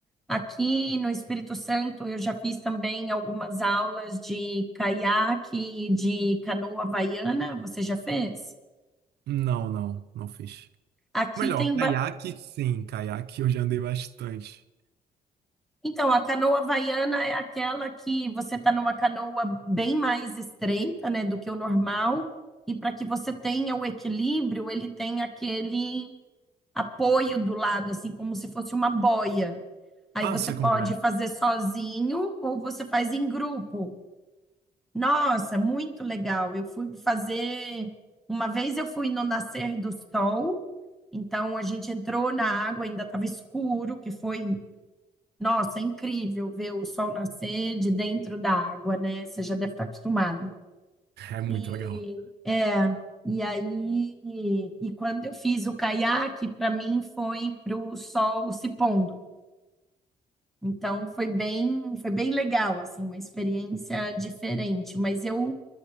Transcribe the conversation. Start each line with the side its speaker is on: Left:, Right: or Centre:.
Centre: Aqui no Espírito Santo, eu já fiz também algumas aulas de caiaque, de canoa havaiana. Você já fez?
Right: Não, não, não fiz.
Centre: Aqui
Right: Melhor,
Centre: tem.
Right: caiaque,
Centre: ba-
Right: sim, caiaque eu já andei bastante.
Centre: Então, a canoa havaiana é aquela que você está numa canoa bem mais estreita, né, do que o normal. E para que você tenha o equilíbrio, ele tem aquele apoio do lado, assim, como se fosse uma boia. Aí
Right: Ah,
Centre: você
Right: sei
Centre: pode
Right: como é.
Centre: fazer sozinho ou você faz em grupo. Nossa, muito legal. Eu fui fazer. Uma vez eu fui no nascer do sol, então a gente entrou na água, ainda estava escuro, que foi, nossa, é incrível ver o sol nascer de dentro da água, né? Você já deve estar acostumado.
Right: É muito
Centre: E
Right: legal.
Centre: é, e aí, e quando eu fiz o caiaque, para mim foi para o sol se pondo. Então foi bem, foi bem legal, assim, uma experiência diferente. Mas eu